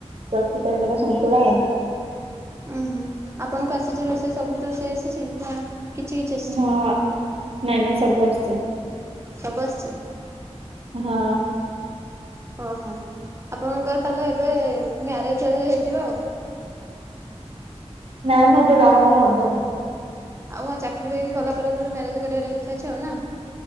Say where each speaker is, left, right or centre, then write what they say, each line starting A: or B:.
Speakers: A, on the right; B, on the right.
A: ରଶି ଟାଇପ୍ ର ସନ୍ତୁଳା
B: ଉଁ ହୁଁ ଆପଣଙ୍କୁ ଆସିଛି ରୋଷେଇ ସବୁ ରୋଷେଇ ଆସିଛି ନା କିଛି କିଛି ଆସିଛି
A: ହଁ ନାଇଁ ନାଇଁ ସବୁ ଆଶୁଚି।
B: ସବୁ ଆସଛି।
A: ହଁ।
B: ଓହୋ ଆପଣଙ୍କର ତାହେଲେ ଏବେ ମ୍ୟାରେଜ ହେଇଯିବ ଆଉ।
A: ନାଁ ନାଁ ଏବେ ବାହାଘର ହବ ନି।
B: ଆଉ କଣ ଚାକିରିବାକିରି କରିଲା ପରେଥରେ ମ୍ୟାରେଜ କରିବ ଇଚ୍ଛା ଅଛି ଆଉ ନା।